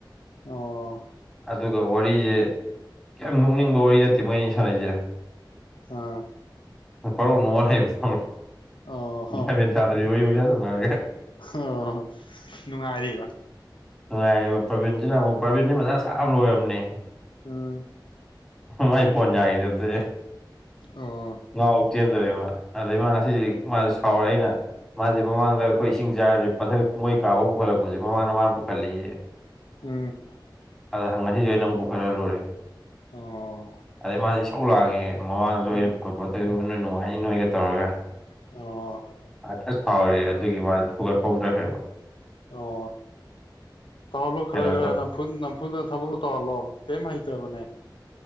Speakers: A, on the left; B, in the centre.
A: ꯑꯣ
B: ꯑꯗꯨꯒ ꯋꯥꯔꯤꯁꯦ ꯀꯌꯥꯝ ꯅꯣꯛꯅꯤꯡꯕ ꯋꯥꯔꯤ ꯅꯠꯇꯦ ꯃꯣꯏꯅꯤ ꯁꯥꯟꯅꯁꯦ
A: ꯑꯥ
B: ꯄꯔꯣꯛ ꯅꯣꯡꯉ ꯂꯩꯕ
A: ꯑꯣ ꯍꯣ
B: ꯒ꯭ꯌꯥꯃꯦꯟ ꯇꯥꯗꯗꯤ ꯌꯔꯒ
A: ꯑꯣ ꯅꯨꯡꯉꯥꯏꯔꯤꯕ
B: ꯅꯨꯡꯉꯥꯏꯕ ꯄ꯭ꯔꯕꯤꯟꯁꯤꯅ ꯑꯃꯨꯛ ꯄ꯭ꯔꯕꯤꯟꯁꯤ ꯃꯁꯥ ꯁꯥꯥ ꯑꯃ ꯂꯣꯏꯔꯕꯝꯅꯦ
A: ꯎꯝ
B: ꯃꯥꯏ ꯄꯣꯅꯏꯗꯔꯗꯦ
A: ꯑꯣ
B: ꯉꯥꯎ ꯆꯦꯟꯗ꯭ꯔꯦꯃ ꯑꯗꯩ ꯃꯥ ꯉꯁꯤꯁꯤ ꯃꯥꯁꯨ ꯁꯥꯎꯔꯦ ꯑꯩꯅ ꯃꯥꯁꯦ ꯃꯃꯥꯡꯗ ꯑꯩꯈꯣꯏ ꯏꯁꯤꯡ ꯆꯥꯔꯗꯤ ꯄꯊꯛ ꯃꯣꯏ ꯀꯥꯕꯥꯎ ꯄꯨꯈꯠꯂꯛꯄꯁꯦ ꯃꯃꯥꯡꯗ ꯃꯥꯅ ꯄꯨꯈꯠꯂꯛꯑꯦ
A: ꯎꯝ
B: ꯑꯗꯪ ꯉꯁꯤꯁꯨꯦ ꯑꯩꯅꯧꯕ ꯈꯔ ꯂꯨꯔꯦ
A: ꯑꯣ
B: ꯑꯗꯩ ꯃꯥꯁ ꯁꯧ ꯂꯥꯛꯑꯉꯦ ꯃꯃꯥꯡꯗꯁꯨ
A: ꯎꯝ
B: ꯑꯩꯅ ꯈꯣꯠꯄꯗꯁꯨꯅ ꯅꯨꯡꯉꯥꯏꯅꯤ ꯅꯣꯏꯒ ꯇꯧꯔꯒ
A: ꯑꯣ
B: ꯑꯁ ꯐꯥꯎꯔꯦ ꯑꯗꯨꯒꯤ ꯃꯥ ꯄꯨꯒꯠꯄ ꯍꯧꯖꯈ꯭ꯔꯦꯕ
A: ꯑꯣ ꯇꯧꯍꯜꯂꯣ ꯈꯔ
B: ꯀꯩꯅꯣ
A: ꯈꯔꯦ
B: ꯇꯧ
A: ꯅꯝꯨ ꯅꯝꯐꯨꯗ ꯊꯕꯛꯇ ꯇꯧꯍꯜꯂꯣ ꯀꯩꯝ ꯍꯩꯇ꯭ꯔꯕꯅꯦ